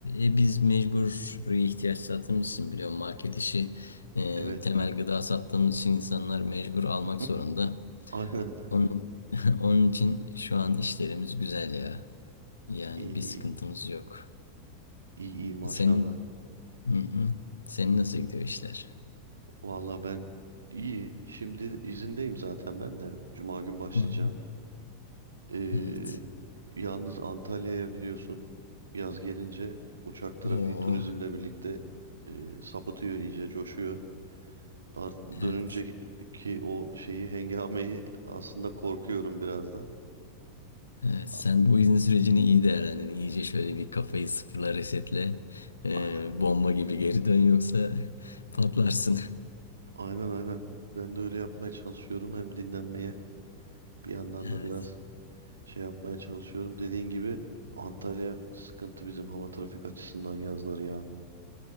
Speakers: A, on the left; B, on the right.
A: e, biz mecburi ihtiyaç sattığımız için biliyorum market işi e,
B: Evet.
A: temel gıda sattığımız için insanlar mecbur almak
B: <laughs>
A: zorunda.
B: Aynen.
A: Onun, <laughs> onun için şu an işlerimiz güzel ya yani
B: İyi iyi.
A: bir sıkıntımız yok.
B: İyi iyi maşallah.
A: Senin hı hı. Senin nasıl gidiyor işler?
B: Valla ben iyi. Şimdi izindeyim zaten ben de. Cuma gün başlayacağım.
A: Hı hı.
B: Ee,
A: Evet.
B: yalnız Antalya'ya biliyorsun yaz gelince uçak trafiği
A: Oo,
B: turizmle birlikte e, sapıtıyor iyice coşuyor. Art dönünce
A: evet.
B: ki o şeyi hengameyi aslında korkuyorum biraz da.
A: Evet,
B: A-
A: sen bu izin sürecini iyi değerlendirin. İyice şöyle bir kafayı sıfırla resetle. Ee,
B: Aynen.
A: bomba gibi geri dön yoksa <laughs> patlarsın.
B: Aynen aynen. Ben de öyle yapmaya çalışıyorum hem dinlenmeye Bir yandan
A: Evet.
B: da biraz şey yapmaya çalışıyorum. Dediğin gibi Antalya sıkıntı bizim hava trafik açısından yazları ya.